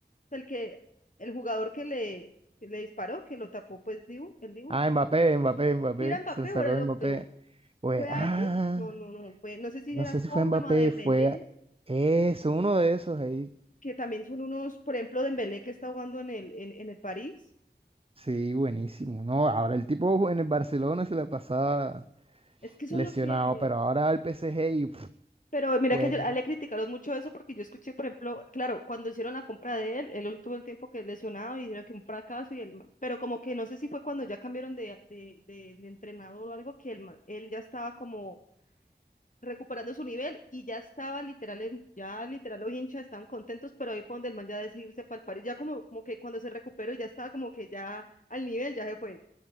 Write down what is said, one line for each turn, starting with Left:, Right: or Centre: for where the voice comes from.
Left: el que, el jugador que le, que le disparó, que lo tapó, pues Dibu, el Dibu.
Right: Ah, Mbappé, Mbappé, Mbappé.
Left: Si era Mbappé
Right: Se lo sacó
Left: o era el otro,
Right: Mbappé. Pues,
Left: ¿fue a
Right: ah.
Left: ese? No, no, no, fue, no sé si
Right: No
Left: era
Right: sé
Left: Coman
Right: si fue Mbappé,
Left: o a Dembélé,
Right: fue a- eso, uno de esos ahí.
Left: que también son unos, por ejemplo, Dembélé que está jugando en el, en, en el París
Right: Sí, buenísimo. No, ahora el tipo en el Barcelona se la pasaba
Left: Es que eso
Right: lesionado,
Left: es lo que...
Right: pero ahora va al PSG y pf,
Left: Pero mira
Right: juega.
Left: que yo- a él le criticaron mucho eso porque yo escuché, por ejemplo, claro, cuando hicieron la compra de él, él tuvo el tiempo que lesionado y dijeron que un fracaso y él, ma- pero como que no sé si fue cuando ya cambiaron de, de, de- de entrenador o algo que él, ma- él ya estaba como recuperando su nivel y ya estaba literal, en- ya literal los hinchas estaban contentos, pero ahí fue donde el man ya decidirse para el París, ya como, como que cuando se recuperó y ya estaba como que ya al nivel, ya se fue.